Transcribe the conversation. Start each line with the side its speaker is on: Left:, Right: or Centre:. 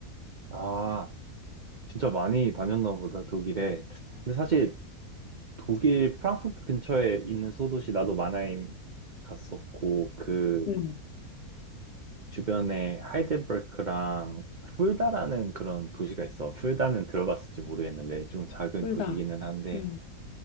Right: 아, 진짜 많이 다녔나 보다, 독일에. 근데 사실 독일 프랑크푸르트 근처에 있는 소도시 나도 마나임 갔었고, 그
Left: 응,
Right: 주변에 하이델베르크랑 풀다라는 그런 도시가 있어. 풀다는 들어봤을지 모르겠는데 좀 작은
Left: 둘
Right: 도시기는
Left: 다.
Right: 한데
Left: 응.